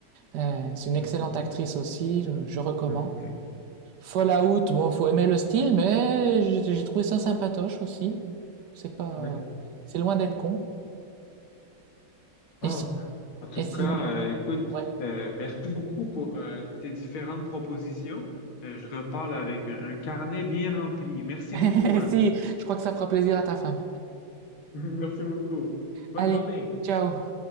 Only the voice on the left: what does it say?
Mm.
OK.
Oui.
Bon,
en tout
cas, euh, écoute,
euh, merci beaucoup pour euh, tes différentes propositions. Euh, je reparle avec un un carnet bien rempli. Merci
beaucoup,
hein?
<laughs> Merci beaucoup. Bonne
journée.